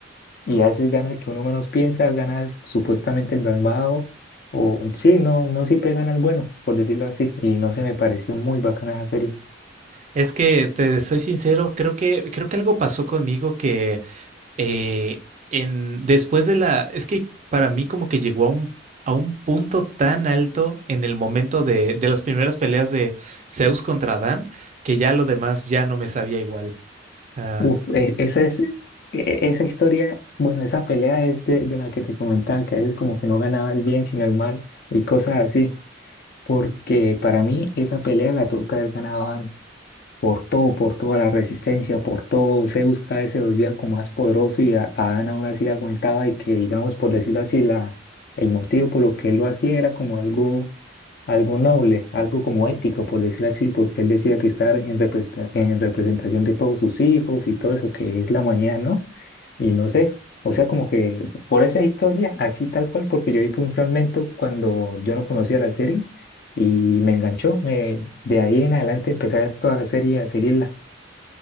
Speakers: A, on the left; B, on the right.
A: y a veces gana el que uno menos piensa, gana supuestamente el malvado o sí, no, no siempre gana el bueno, por decirlo así, y no se me pareció muy bacana esa serie.
B: Es que te soy sincero, creo que creo que algo pasó conmigo que eh, en después de la es que para mí como que llegó a un a un punto tan alto en el momento de de las primeras peleas de Zeus contra Dan que ya lo demás ya no me sabía igual. Ah,
A: Uf, e- esa es, e- e, esa historia, bueno, esa pelea es de, de la que te comentaba, que a veces como que no ganaba el bien sino el mal y cosas así, porque para mí esa pelea la tuvo que haber ganado antes por todo, por toda la resistencia, por todo. Zeus cada vez se volvía como más poderoso y a- Adán aún así aguantaba y que, digamos, por decirlo así, la, el motivo por lo que él lo hacía era como algo, algo noble, algo como ético, por decirlo así, porque él decía que estar en representa- en representación de todos sus hijos y todo eso que es la humanidad, ¿no? Y no sé, o sea, como que por esa historia, así tal cual, porque yo vi un fragmento cuando yo no conocía la serie y me enganchó, me, de ahí en adelante empecé a ver toda la serie, a seguirla,